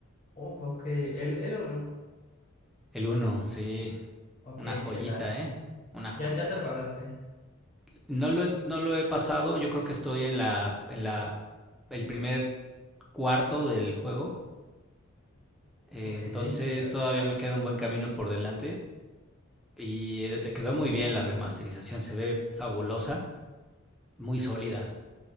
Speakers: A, on the left (about 35°); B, in the centre.
A: Uf, ok, el, el uno.
B: El uno sí,
A: Ok,
B: una joyita,
A: ¿qué tal?
B: ¿eh? Una joya.
A: Ya, ya te lo pasaste.
B: No lo, he- no lo he pasado, yo creo que estoy en la, en la, el primer cuarto del juego, eh,
A: Ok.
B: entonces
A: pe-
B: todavía me queda un buen camino por delante y eh, quedó muy bien la remasterización, se ve fabulosa, muy sólida